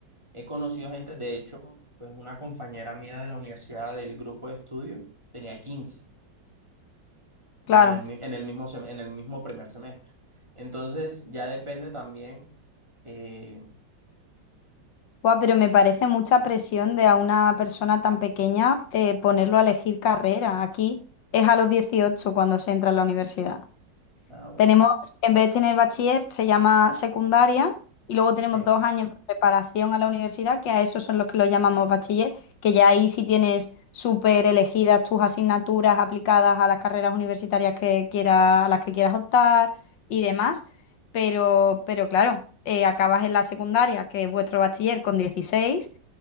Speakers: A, on the right; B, on the left.
A: he conocido gente, de hecho, pues una compañera mía de la universidad del grupo de estudio tenía 15
B: claro.
A: en el, mi- en el mismo, sem- en el mismo primer semestre. Entonces, ya depende también. eh,
B: Guau, pero me parece mucha presión de a una persona tan pequeña eh, ponerlo a elegir carrera. Aquí es a los 18 cuando se entra a la universidad.
A: ah, bueno,
B: Tenemos, en vez de tener bachiller, se llama secundaria y luego tenemos
A: sí,
B: dos años de preparación a la universidad, que a esos son los que los llamamos bachiller, que ya ahí sí tienes súper elegidas tus asignaturas aplicadas a las carreras universitarias que quieras, a las que quieras optar y demás. Pero, pero claro, eh, acabas en la secundaria, que es vuestro bachiller, con 16